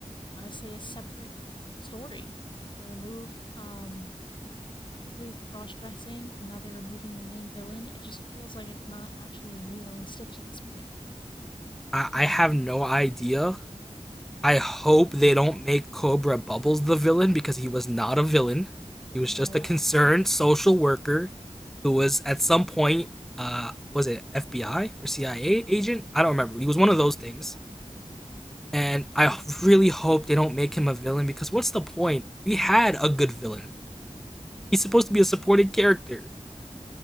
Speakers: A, on the left; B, in the centre.
A: honestly a separate story? They removed um Legally cross dressing, and now they're removing the main villain. It just feels like it's not actually Lilo and Stitch at this point.
B: I, I have no idea. I hope they don't make Cobra Bubbles the villain because he was not a villain. He
A: Not
B: was just
A: at all.
B: a concerned social worker who was at some point, uh, was it FBI or CIA agent? I don't remember. He was one of those things And I really hope they don't make him a villain because what's the point? We had a good villain. He's supposed to be a supported character.